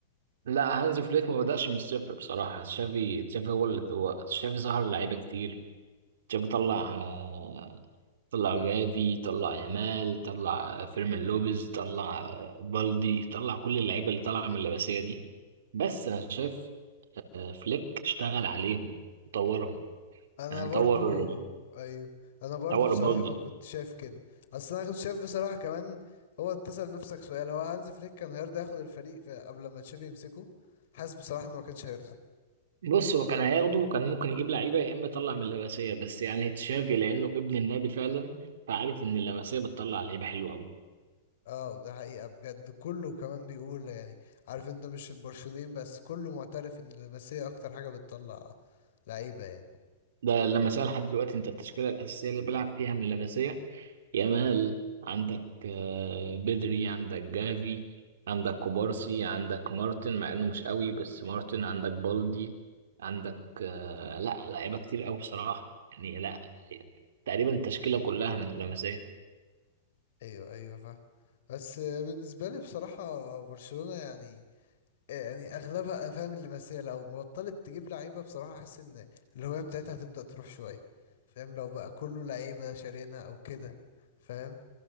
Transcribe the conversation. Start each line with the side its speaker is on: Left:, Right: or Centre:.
Right: لا هانز فليك ما بدأش من الصفر بصراحة تشافي تشافي هو اللي هو تشافي ظهر لعيبة كتير تشافي طلع آه، طلع جافي طلع يامال طلع فيرمين لوبيز طلع آه، بالدي طلع كل اللعيبة اللي طالعة من اللمسية دي بس أنا شايف آه، فليك اشتغل عليهم وطورهم
Left: انا
Right: يعني
Left: برضو
Right: طور
Left: ايوه انا برضو
Right: طور
Left: بصراحة
Right: بالدي
Left: كنت شايف كده اصل انا كنت شايف بصراحة كمان هو بتسأل نفسك سؤال هو هانز فليك كان هيرضى ياخد الفريق في قبل ما تشافي يمسكه حاسس بصراحة انه ما كانش هيرضى
Right: بص هو كان هياخده وكان ممكن يجيب لعيبه يا اما يطلع من اللمسيه بس يعني تشافي لانه ابن النادي فعلا فعارف ان اللمسيه بتطلع لعيبه حلوه قوي
Left: اه ده حقيقة بجد كله كمان بيقول يعني عارف انت مش البرشلونيين بس كله معترف ان اللمسية اكتر حاجة بتطلع لعيبة يعني
Right: ده اللمسيه لحد دلوقتي انت التشكيله الاساسيه اللي بيلعب فيها من اللمسيه يامال عندك آه، بدري عندك جافي عندك كوبارسي عندك مارتن مع انه مش قوي بس مارتن عندك بالدي عندك آه، لا لعيبه كتير قوي بصراحه يعني لا تقريبا التشكيله كلها من اللمسيه
Left: ايوه ايوه فاهم بس بالنسبة لي بصراحة برشلونة يعني إيه، يعني اغلبها فاهم اللي بس هي لو بطلت تجيب لعيبه بصراحه احس ان الهويه بتاعتها هتبدا تروح شويه فاهم لو بقى كله لعيبه شارينها او كده فاهم